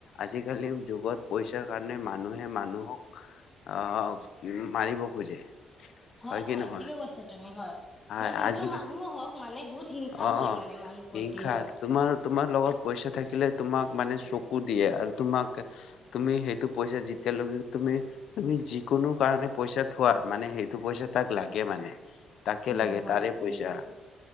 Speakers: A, on the left; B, on the left.
A: আজিকালিৰ যুগত পইচাৰ কাৰণে মানুহে মানুহক আহ কি মাৰিব খোজে।
B: হয়
A: কি
B: হয়
A: নহয়?
B: ঠিকে কৈছা তুমি হয়।
A: হয়
B: মানে নিজৰ
A: আজিকালি
B: মানুহো হওক মানে বহুত- হিংসা
A: অ',
B: কৰে মানে মানুহ প্ৰতি
A: হিংসা
B: হয়।
A: তোমাৰ তোমাৰ লগত পইচা থাকিলে তোমাক মানে চকু দিয়ে আৰু তোমাক, তুমি সেইটো পইচা যেতিয়ালৈকে তুমি তুমি যিকোনো কাৰণে পইচা থোৱা মানে সেইটো পইচা তাক লাগে মানে। তাকে
B: উম
A: লাগে
B: হয়
A: তাৰে
B: ঠিকেই
A: পইচা
B: কৈছা।